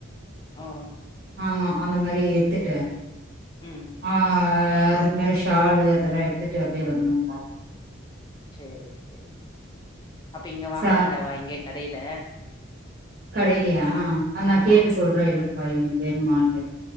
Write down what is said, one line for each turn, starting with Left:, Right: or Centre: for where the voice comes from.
Left: அ
Right: ஆமா அந்த மாரி எடுத்துட்டு
Left: ம்
Right: ஆ அ அதுக்கு மேல ஷாலு அதெல்லா எடுத்துட்டு அப்டியே வந்தோம்பா
Left: சேரி சேரி அப்போ இங்கே வாங்க
Right: ச
Left: வேண்டாவா இங்கே கடைல
Right: கடைலயா அத நா
Left: ஆமா
Right: கேட்டு சொல்றே எப்பா எங்களுக்கு வேணுமாண்டு